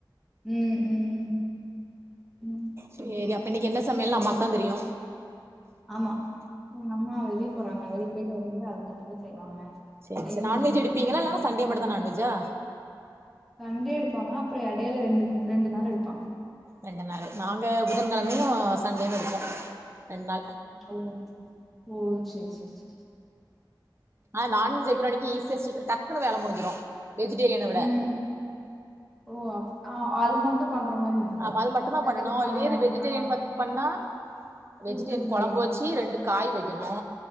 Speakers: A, in the centre; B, on the right.
A: ம் ம் ம்
B: சேரி
A: ம்
B: அப்ப இன்னைக்கு என்ன சமையல்னு அம்மாக்தா தெரியு
A: ஆமா எங்கம்மா வெளிய போறாங்க வெளிய போயிட்டு வந்து அதுக்கப்பறந்தா செய்வாங்க
B: செரி
A: என்ன
B: செரி நான்வெஜ்
A: பண்றாங்கன்னு
B: எடுப்பிங்களா
A: தெரியல
B: இல்லனா சண்டே மட்டுந்தா நான்வெஜ்ஜா
A: சண்டே எடுப்பாங்க அப்பற எடையில ரெண்டு ரெண்டு நாள் எடுப்பாங்க
B: ரெண்டு நாள் நாங்க புதன்கிழமையு சண்டேவு எடுப்போ ரெண்டு நாள்
A: ஓ ஓ சேர் சேர் சேர்
B: ஆ நான்வெஜ் வெக்கற அன்னைக்கு ஈஸியா சீக்கிர டக்குனு வேல முடிஞ்சிரு வெஜிடேரியன விட
A: ம் ஓ அப் ஆ அது மட்டு பண்ற மாரி இருக்கும்
B: ஆமா அது மட்டுந்தா
A: வேற
B: பண்ணனு
A: எதும் பண்ண
B: இதே
A: வேண்டா
B: இது வெஜிடேரியன்
A: ஆ
B: ப பண்ணா
A: கூட்டுக்கு
B: வெஜிடேரியன் கொழம்பு
A: வேணும்
B: வெச்சு ரெண்டு காய் வெக்கணு